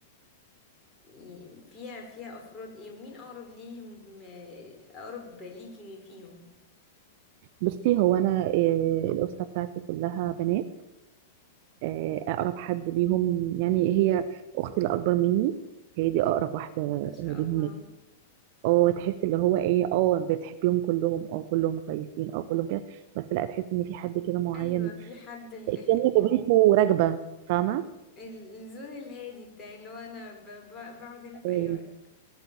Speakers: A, on the left; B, on the right.
A: يعني فيها فيها افراد ايه ومين اقرب ليهم آه، اقرب ليكي فيهم
B: بصي هو انا آه، الاسره بتاعتي كلها بنات آه، اقرب حد ليهم يعني هي اختي الاكبر مني هي دي اقرب واحده آه،
A: ما شاء
B: ليهم
A: الله
B: اه تحس اللي هو ايه اه بتحبيهم كلهم اه كلهم كويسين اه كلهم كده بس لا تحس ان في حد كده معين
A: ايوه في حد ال-
B: كأن لغته راكبه فاهمه
A: <laughs> الزون الهادي بتاعي اللي هو انا ب- ب- بقعد هنا في
B: أم،
A: اي وقت